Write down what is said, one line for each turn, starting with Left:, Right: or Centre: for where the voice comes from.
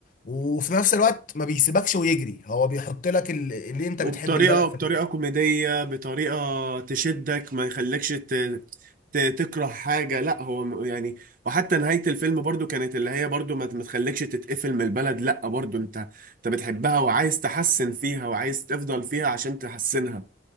Left: وفي نفس الوقت ما بيسيبكش ويجري هو بيحط لك ال- اللي انت
Right: وبطريقه
Left: بتحب البلد في
Right: بطريقه كوميديه بطريقه تشدك ما يخليكش ت... ت... تكره حاجه لا هو م- يعني وحتى نهايه الفيلم برضو كانت اللي هي برضو ما ما تخليكش تتقفل من البلد لا برضو انت انت بتحبها وعايز تحسن فيها وعايز تفضل فيها عشان تحسنها